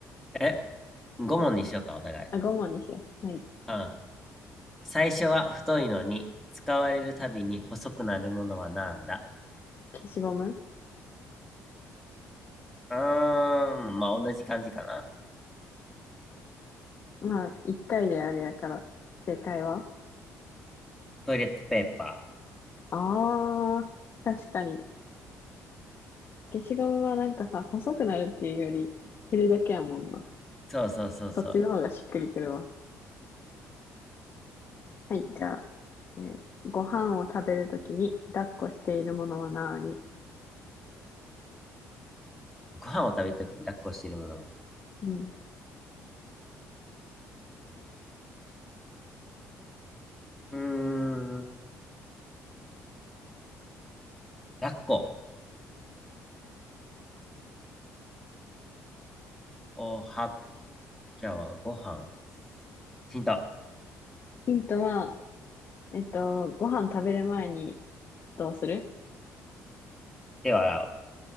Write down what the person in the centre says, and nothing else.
え ?5 問にしようか、お互い。
うん。最初は太いのに、使われるたびに細くなるものはなんだ
うーん、まあ、同じ感じかな。
トイレットペーパー。
そうそうそうそう。
ご飯を食べるときに抱っこしてるもの。
うーん、抱っこ。おはきゃはご飯。ヒント。
手を洗う。